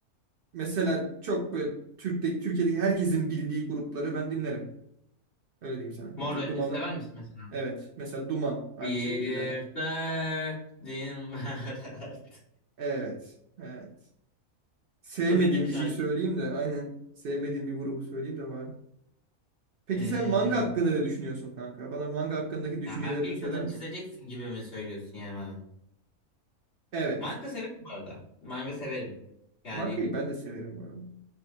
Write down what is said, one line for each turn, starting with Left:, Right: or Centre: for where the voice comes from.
Right: mesela çok böyle Türk'te, Türkiye'deki herkesin bildiği grupları ben dinlerim. Öyle diyeyim sana.
Left: <laughs> Mor
Right: Mesela
Left: ve Ötesi
Right: Duman'ı
Left: sever misin mesela?
Right: evet. Mesela Duman aynı
Left: Bir
Right: şekilde.
Left: derdim var. <laughs> artık.
Right: Evet. Evet. Sevmediğim
Left: Bunun gibi şarkı.
Right: bir şey söyleyeyim de aynen sevmediğim bir grubu söyleyeyim de bari. Peki
Left: Ee,
Right: sen manga hakkında ne düşünüyorsun kanka? Bana manga hakkındaki düşüncelerini
Left: ya ben bir
Right: söyler
Left: kadın
Right: misin?
Left: çizeceksin gibi mi söylüyorsun yani bana?
Right: Evet.
Left: Manga severim bu arada. Manga severim. Yani
Right: Mangayı ben de severim bu arada.